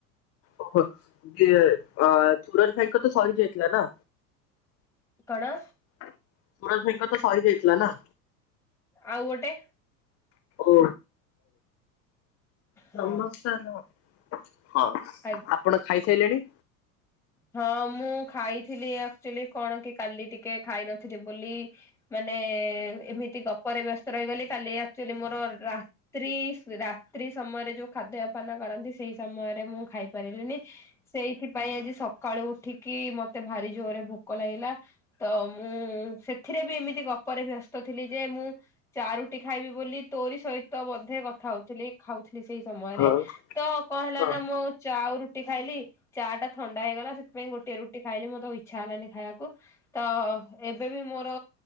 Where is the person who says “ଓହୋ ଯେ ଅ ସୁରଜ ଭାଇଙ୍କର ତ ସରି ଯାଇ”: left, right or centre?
Left